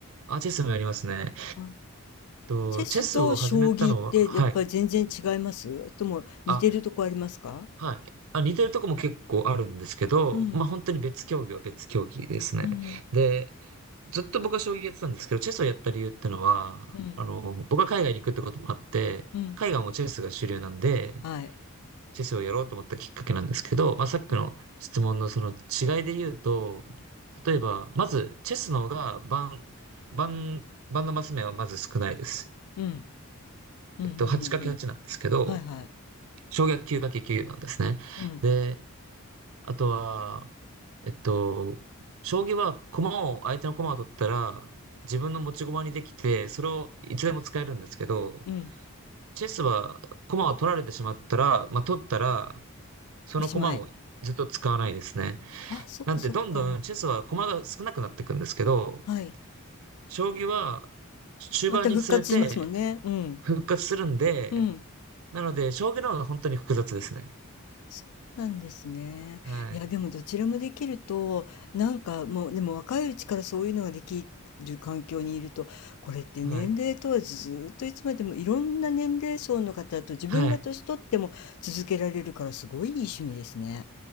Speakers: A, on the right; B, on the left.
A: あ、チェスもやりますね。
B: あ
A: と、
B: チェスと将棋ってやっぱり全然違いますとも似てるとこありますか
A: チェスを始めたのは、はい。あ、はい。あ、似てるとこも結構あるんですけど、
B: うん、
A: まあ本当に別競技は別競技ですね。
B: うん、
A: で、ずっと僕は将棋やってたんですけど、チェスをやった理由ってのは、
B: うん、
A: あの、僕は海外に行くってこともあって、
B: うん、
A: 海外もチェスが主流なんで、
B: はい。
A: チェスをやろうと思ったきっかけなんですけど、まあさっきの質問のその違いで言うと、
B: うん、
A: 例えば、まず、チェスの方が盤、盤、盤のマス目はまず少ないです。
B: うん、うん、
A: えっと、
B: うん、
A: 8×8
B: うん。
A: なんですけど、
B: はいはい。
A: 小学 9×9 なんですね。
B: うん、
A: で、あとは、えっと、将棋は駒を、相手の駒を取ったら、自分の持ち駒にできて、それをいつでも使えるんですけど、
B: うん。
A: チェスは駒を取られてしまったら、まあ、取ったら、その駒もずっと使わないですね。
B: おしまい。あ、そっかそっか。
A: なんで、どんどんチェスは駒が少なくなっていくんですけど、
B: はい。
A: 将棋は終盤につれて
B: また復活しますもんね。うん、
A: 復活するんで、
B: うん。
A: なので、将棋の方が本当に複雑ですね。
B: そうなんですね。
A: はい。
B: いや、でもどちらもできると、なんかもう、でも若いうちからそういうのができる環境にいると、これって年齢問わずずっといつまでもいろんな年齢層の方と自分が年取っても続けられるからすごいいい趣味ですね。
A: はい。はい。